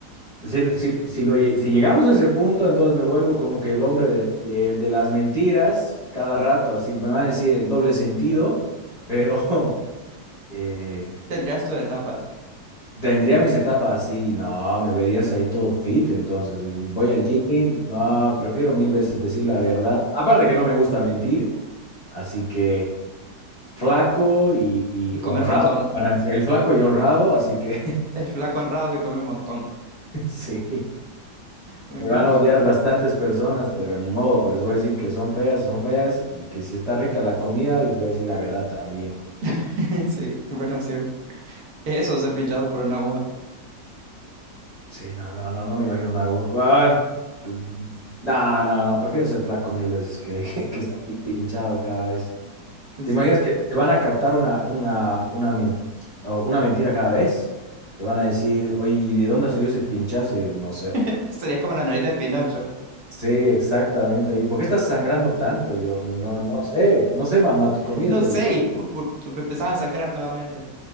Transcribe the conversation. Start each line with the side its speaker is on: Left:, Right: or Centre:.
Left: Si, si- si lo lle- si llegamos a ese punto, entonces me vuelvo como que el hombre de, de- de las mentiras cada rato, así me van a decir el doble sentido, pero <laughs> eh,
Right: Tendrías tus etapas
Left: Tendría mis etapas así, no, me verías ahí todo fit, entonces y voy al gym, no, prefiero mil veces decir la verdad, aparte que no me gusta mentir, así que flaco y, y
Right: y comer
Left: honrado,
Right: montón.
Left: van a decir, el flaco y honrado, así que
Right: El flaco honrado que come montón.
Left: <laughs> sí,
Right: Muy
Left: me
Right: bien.
Left: van a odiar bastantes personas, pero ni modo, pues les voy a decir que son feas, son feas y que si está rica la comida, les voy a decir la verdad también.
Right: <laughs> Sí, buena opción. Eso, ser pinchado por una aguja.
Left: Sí, no, no, no, no me imagino una aguja. Bueno, mm, no, no, no, prefiero ser flaco mil veces que, <laughs> que estar ahí pinchado cada vez.
Right: Sí.
Left: ¿Te imaginas que te van a captar una, una, una, men- o una mentira cada vez? Te van a decir, oye, ¿y ¿de dónde salió ese pinchazo? Y yo, no sé.
Right: <laughs> Serías como la nariz de Pinocho.
Left: Sí, exactamente. ¿Y por qué estás sangrando tanto? Yo no, no sé, no sé, mamá, tu comida
Right: No
Left: es deliciosa.
Right: sé, y pu- pu- pu- empezás a sangrar nuevamente.